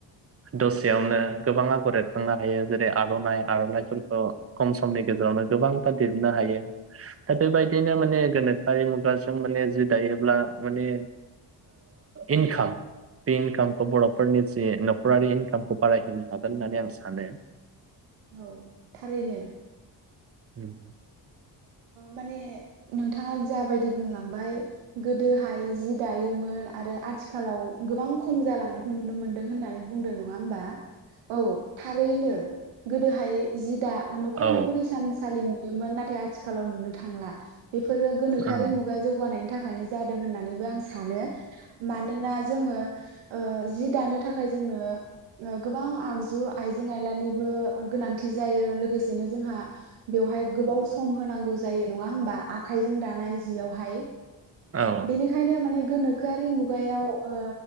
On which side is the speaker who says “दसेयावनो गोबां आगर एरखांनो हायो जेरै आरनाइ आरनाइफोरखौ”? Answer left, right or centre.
Right